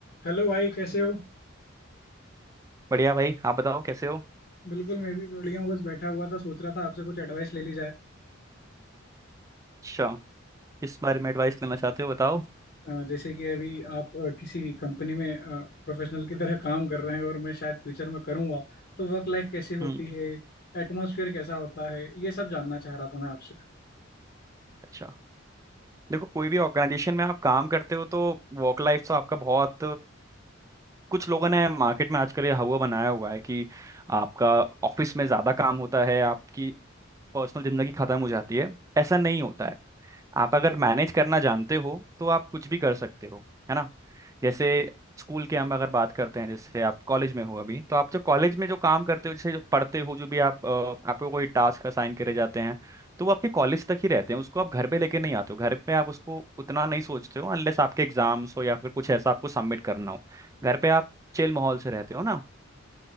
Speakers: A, on the left (about 50°); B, on the right (about 15°).
A: Hello भाई कैसे हो
B: बढ़िया भाई आप बताओ कैसे हो
A: बिल्कुल मैं भी बढ़िया हूँ बस बैठा हुआ था सोच रहा था आपसे कुछ एडवाइस ले ली जाए
B: अच्छा किस बारे में एडवाइस लेना चाहते हो बताओ
A: अ, जैसे कि अभी आप अ, किसी कंपनी में प्रोफेशनल की तरह काम कर रहे हैं और मैं शायद फ्यूचर में करूँगा तो वर्क लाइफ कैसी
B: हम्म
A: होती है एटमॉस्फेयर कैसा होता है ये सब जानना चाह रहा था मैं आपसे
B: अच्छा देखो कोई भी ऑर्गेनाइजेशन में आप काम करते हो तो वर्क लाइफ तो आपका बहुत कुछ लोगों ने मार्केट में आजकल ये हवा बनाया हुआ है कि आपका ऑफिस में ज़्यादा काम होता है आपकी पर्सनल ज़िंदगी ख़त्म हो जाती है ऐसा नहीं होता है आप अगर मैनेज करना जानते हो तो आप कुछ भी कर सकते हो है ना जैसे स्कूल के हम अगर बात करते हैं जैसे आप कॉलेज में हो अभी तो आप जो कॉलेज में जो काम करते हो जैसे जो पढ़ते हो जो भी आप अ, आपको कोई टास्क असाइन करे जाते हैं तो वो आपके कॉलेज तक ही रहते हैं उसको आप घर पे लेके नहीं आते हो घर पे आप उसको उतना नहीं सोचते हो अनलेस आपके एग्जाम्स हो या फिर कुछ ऐसा आपको सबमिट करना हो घर पे आप चिल माहौल से रहते हो ना